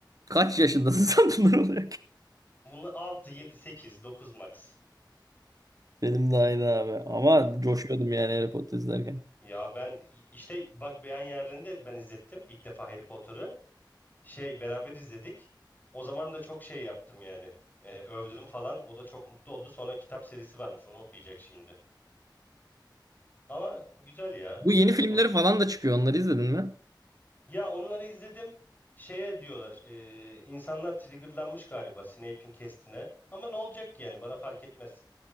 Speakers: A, on the right; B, on the left.
A: Kaç yaşındasın <laughs> sen bunlar olarak?
B: Bunu 6, 7, 8, 9 max.
A: Benim de aynı abi. Ama coşuyordum
B: Çok...
A: yani Harry Potter izlerken.
B: Ya ben işte bak beyan yerlerinde ben izlettim ilk defa Harry Potter'ı. Şey beraber izledik. O zaman da çok şey yaptım yani. E, övdüm falan. O da çok mutlu oldu. Sonra kitap serisi varmış. Onu okuyacak şimdi. Ama güzel ya.
A: Bu yeni
B: Harry
A: filmleri
B: Potter
A: falan da çıkıyor. Onları izledin mi?
B: Ya onları izledim. Şeye diyorlar. e, insanlar triggerlanmış galiba Snape'in kestine. Ama ne olacak ki yani bana fark etmez.